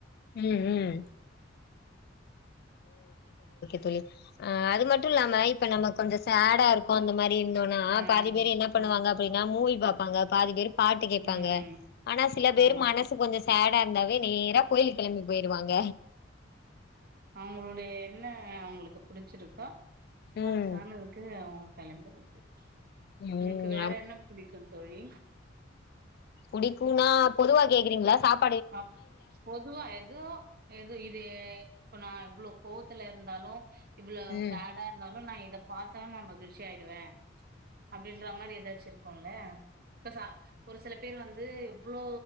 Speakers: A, on the left; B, on the right.
A: உம் உம் தோழி ஆ அது மட்டு இல்லாம இப்ப நம்மக் கொஞ்ச சேடா இருக்கு அந்த மாரி இருந்தோனா
B: ஆ
A: பாதி பேர் என்னா
B: ஆமா
A: பண்ணுவாங்க அப்டினா மூவி பாப்பாங்க பாதி பேரு பாட்டு கேப்பாங்க
B: ம்
A: ஆனா சில பேர்
B: ஆமா
A: மனசு கொஞ்ச செடா இருந்தாவே நேரப் கோயிலுக்கு கெளம்பி போயிடுவாங்க
B: அவுங்களுடைய என்ன அவங்களுக்கு புடிச்சிருக்க
A: ம்
B: அதுக்கானதுக்கு கலந்து வந்து உங்களுக்கு
A: ம்
B: வேற என்ன பிடிக்கு தோழி
A: புடிக்குனா பொதுவா கேக்றீங்ளா சாப்
B: அ பொதுவா எதோ எது இது இப்ப நா எவ்ளோ கோவத்துல இருந்தாலு இவ்ளோ
A: ம்
B: ஷேடா இருந்தாலு நா இ இத பாத்தா நா மகிழ்ச்சியாயிடுவே அப்டின்ற மாரி ஏதாச்சு இருக்குல்ல இப்ப சா ஒரு சில பேர் வந்து எவ்ளோ